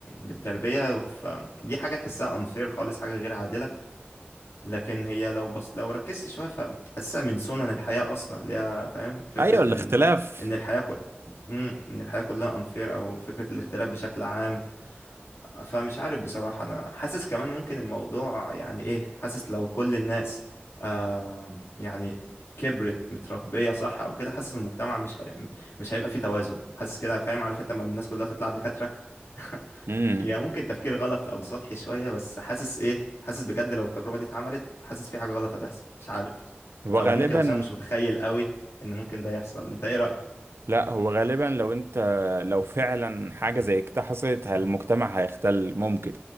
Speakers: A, on the left (about 85°); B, on the right (about 70°).
A: بالتربية فدي حاجة تحسها unfair خالص حاجة غير عادلة لكن هي لو بس لو ركزت شوية فحاسسها من سنن الحياة أصلا اللي هي فاهم فكرة
B: ايوه الاختلاف
A: إن إن الحياة كل... مم، إن الحياة كلها unfair أو فكرة الاختلاف بشكل عام فمش عارف بصراحة أنا حاسس كمان ممكن الموضوع يعني إيه حاسس لو كل الناس آه يعني كبرت متربية صح أو كده حاسس المجتمع مش هي... مش هيبقى فيه توازن حاسس كده فاهم عارف أنت لما الناس كلها تطلع دكاترة <laughs>
B: امم
A: هي ممكن تفكير غلط أو سطحي شوية بس حاسس إيه حاسس بجد لو التجربة دي اتعملت حاسس في حاجة غلط هتحصل مش عارف
B: وغالبا
A: أو ممكن عشان مش متخيل قوي إن ممكن ده يحصل أنت إيه رأيك؟
B: لا هو غالبا لو انت لو فعلا حاجه زي كده حصلت المجتمع هيختل ممكن